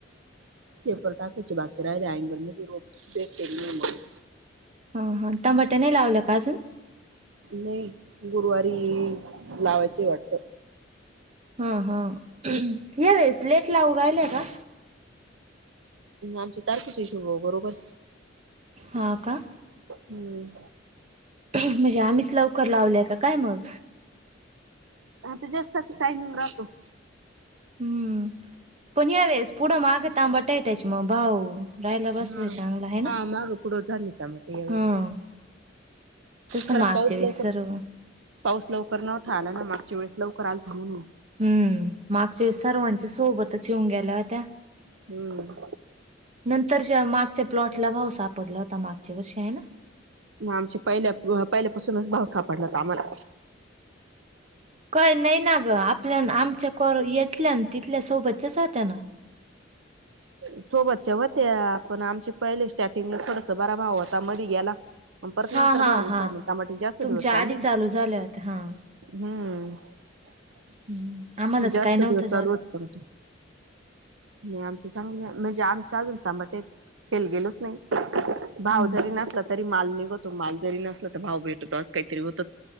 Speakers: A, on the right; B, on the right.
A: पेपर टाकायची बाकी राहिल्या अँगल मध्ये रोप <unintelligible>
B: हा हा, टमाटे नाही लावलं का अजून?
A: नाही, गुरुवारी लावायचे आहे वाटतं.
B: हा हा, यावेळेस लेट लावून राहिले का?
A: आमची तारखीच हिशोबाव बरोबर.
B: हा का.
A: हम्म.
B: म्हणजे आम्हीच लवकर लावलंय, का काय मग?
A: आता जस्टाच टायमिंग राहतो.
B: हम्म, पण यावेेळेस पुढं मागं तांबाटी हाय त्याची मग भाव राहिला
A: हा
B: बसले, चांगलं हाय ना?
A: हा माग पुढं झाले टमाटे यावेळी
B: हम्म. तसं
A: खरं
B: मागच्या
A: पाऊस
B: वेळेस
A: लवकर
B: सर्व
A: पाऊस लवकर नव्हता आला ना. मागच्या वेळेस लवकर आलता म्हणून.
B: हम्म, मागच्या वेळी सर्वांचे सोबतच येऊन गेल्या होत्या.
A: हम्म.
B: नंतरच्या मागच्या प्लॉटला भाव सापडला होता, मागच्या वर्षी हाय ना?
A: म आमचे पहिल्या, पहिल्यापासूनच भाव सापडला होता आम्हाला.
B: काय नाही ना ग. आपल्यान आमच्या कोर येथल्यान तिथल्या, सोबतचेच होत्याना.
A: सोबतच्या होत्या पण आमची पहिले स्टार्टिंगला थोडसा बरा भाव होता मध्ये गेला. मग परत
B: हा
A: नंतर
B: हा
A: भाऊ
B: हा
A: उठला म्हण टमाटे जास्त
B: तुमच्या
A: दिवस चालले.
B: आधी चालू झाल्या होत्या हा.
A: हम्म
B: हम्म आम्हाला तर
A: जास्त
B: काय नव्हतं
A: दिवस
B: झालं
A: चालू होते टमाटर. नाही आमचे चांगल्या म्हणजे आमच्या अजून तांबाटे आहेत, फेल गेलोच नाहीत. भाव
B: हम्म.
A: जरी नसला तरी माल निघतो. माल जरी नसला, तरी भाव भेटतो. असं काहीतरी होतच.